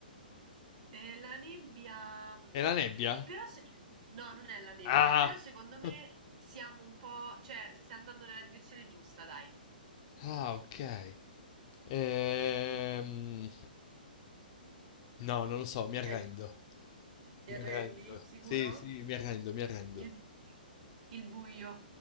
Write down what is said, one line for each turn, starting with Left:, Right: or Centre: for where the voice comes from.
Right: Ehm, la nebbia, mhmm,
Left: È la nebbia?
Right: però se no, non è la nebbia,
Left: Ah!
Right: però secondo me
Left: <laughs>
Right: siamo un po' cioè, sta andando nella direzione giusta, dai.
Left: Ah, ok. Ehm, No, non lo so, mi arrendo.
Right: Cioè c ti
Left: Mi
Right: arrendi?
Left: arrendo.
Right: Sicuro?
Left: Sì, sì, mi arrendo, mi arrendo.
Right: Il il buio.